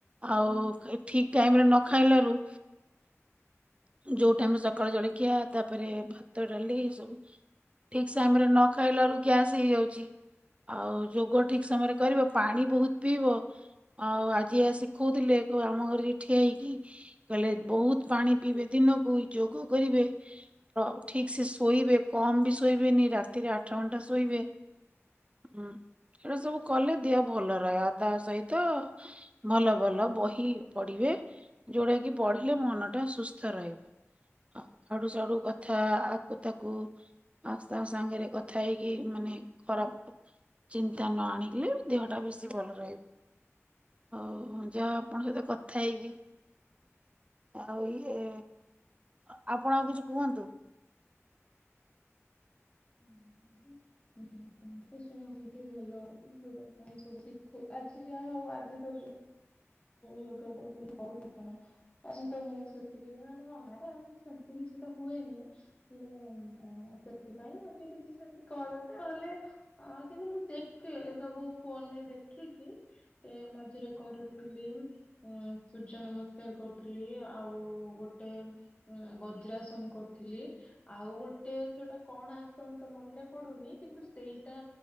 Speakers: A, on the right; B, on the left.
A: ଆଉ ଠିକ ଟାଇମରେ ନ ଖାଇଲାରୁ ଯୋଉଟାମ ସକାଳୁ ଜଳଖିଆ ତାପରେ ଭାତ ଡାଲି ସବୁ ଠିକ୍ ସେ ଆମ ରେ ନ ଖାଇଲାରୁ ଗ୍ୟାସ୍ ହେଇଯାଉଛି ଆଉ ଯୋଗ ଠିକ ସମୟରେ କରିବ ପାଣି ବହୁତ ପିଇବ ଆଉ ଆଜି ଆ ଶିଖଉଥିଲେ ଆମ ଘରିକ ଠିଆ ହେଇକି କହିଲେ ବହୁତ ପାଣି ପିଇବେ ଦିନକୁ ଯୋଗ କରିବେ ଠିକ ସେ ଶୋଇବେ କମ ବି ଶୋଇବେନି ରାତିରେ ଆଠ ଘଣ୍ଟା ଶୋଇବେ ହୁଁ ସେଇଟା ସବୁ କଲେ ଦେହ ଭଲ ରହେଆ ତା ସହିତ ଭଲ ଭଲ ବହି ପଢିବେ ଯୋଉଟା କି ପଢିଲେ ମନ ଟା ସୁସ୍ ସ୍ଥ ରହିବ ଆଉ ଆଡୁ ସାଡୁ କଥା ଆକୁ ତାକୁ ଆସ୍ତା ତା ସାଙ୍ଗରେ କଥା ହେଇକି ମାନେ ଖରାପ ଚିନ୍ତା ନ ଆଣିଲେ ଦେହଟା ବେଶୀ ଭଲ ରହିବ। ହଉ ଯାହା ଆପଣଙ୍କ ସହିତ କଥା ହେଇକି ଆଉ ଇ ଏ ଆ ଆପଣ ଆଉ କିଛି କୁହନ୍ତୁ?
B: ମୁଁ <unintelligible> <unintelligible> ମୁଁ ତ ଶୁଣିଚି ସେଇଠି ଭଲ ଯୋଗ ସବୁ ସି ଶିଖୁ ଆଜି ଯାହା ହଉ ଆଜି ତ ୟୋଗା ଟା ବୋଲି <unintelligible> ଆଜି ତ ମୁଁ ସେଥିପାଇଁ ମାନେ ଗାଁରେ ଆମର ସେମିତି କିଛି ତ ହୁଏନି। ହେଲେ ଉଁ ସେଥିପାଇଁ ଆଜି କିଛି ସେମିତି କରୁନି ନହେଲେ। ହଁ କିନ୍ତୁ ମୁଁ ଦେଖେ ସବୁ ଫୋନରେ ଦେଖିକି ଏ ମଝିରେ କରୁ ଥିଲି ଉଁ ସୂର୍ଯ୍ୟ ନମସ୍କାର କରୁଥିଲି ଆଉ ଗୋଟେ। ଉଁ ବଜ୍ରାସନ କରୁଥିଲି। ଆଉ ଗୋଟେ ସେଇଟା କଣ ଆସନ୍ ତ ମନେ ପଡୁନି କିନ୍ତୁ ସେଇଟା।